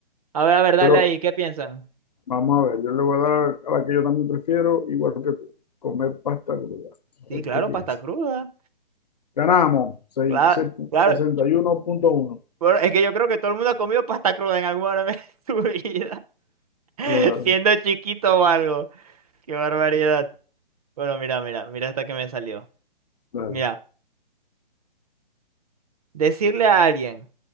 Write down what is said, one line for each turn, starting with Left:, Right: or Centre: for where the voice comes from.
Right: A ver, a ver, dale
Left: pero
Right: ahí, ¿qué piensan?
Left: vamos a ver, yo le voy a dar a la que yo también prefiero, igual que tú, comer pasta cruda.
Right: Sí,
Left: A ver
Right: claro,
Left: qué piensa.
Right: pasta cruda.
Left: Ganamos, seis-
Right: Claro,
Left: seis-
Right: claro.
Left: 61.1.
Right: Bueno, es que yo creo que todo el mundo ha comido pasta cruda en algún momento de su vida, <laughs>
Left: Claro,
Right: siendo chiquito o algo. Qué barbaridad. Bueno, mira, mira, mira esta que me salió.
Left: claro.
Right: Mira, decirle a alguien